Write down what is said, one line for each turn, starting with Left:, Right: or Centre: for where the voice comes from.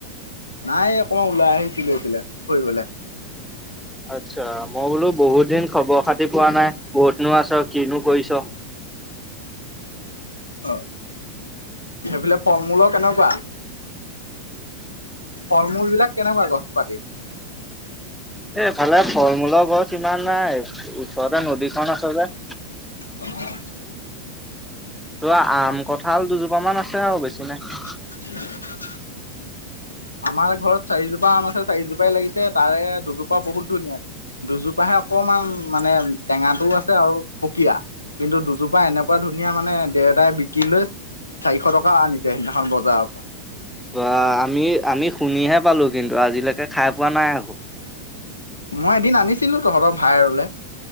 Left: নাই অকমান ওলাই আহিছিলো এইফালে ফুৰিবলৈ।
Centre: আচ্ছা। মই বোলো বহুত দিন খবৰ খাতি পোৱা নাই ক'তনো আছ কিনো কৰিছ
Left: অ', সেইফালে ফল মূলৰ কেনেকুৱা? ফল মূল বিলাক কেনেকুৱা গছ পাতি?
Centre: এইফালে ফল মূলৰ গছ ইমান নাই, ওচৰতে নদীখন আছে যে।
Left: উ <unintelligible>
Centre: তোৰ আম কঁঠাল দুজোপা মান আছে আৰু বেছি নাই।
Left: উ <unintelligible> আমাৰ ঘৰত চাৰিজোপা আম আছে চাৰিজোপাই লাগিছে, তাৰে দুজোপা বহুত ধুনীয়া। দুজোপাহে অকমান মানে টেঙাটোও আছে আৰু পুকীয়া। কিন্তু দুজোপা এনেকুৱা ধুনীয়া মানে দেউতাই বিকি লৈ চাৰিশ টকা আনিছে সেইদিনাখন বজাৰৰ পৰা।
Centre: বা আমি আমি শুনিহে পালো কিন্তু, আজিলৈকে খাই পোৱা নাই আকৌ।
Left: মই এদিন আনিছিলো তহঁতৰ ভাইৰলে,